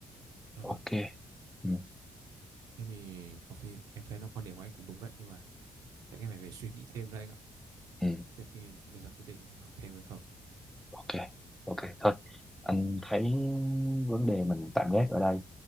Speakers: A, on the right; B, in the centre.
A: À,
B: ok
A: vâng.
B: ừ,
A: Thế thì có khi em thấy là quan điểm của anh cũng đúng đấy nhưng mà chắc em phải về suy nghĩ thêm đấy anh ạ
B: ừ.
A: trước khi đưa ra quyết định học thêm hay không.
B: ok ok thôi anh
A: Ừ.
B: thấy vấn đề mình tạm gác ở đây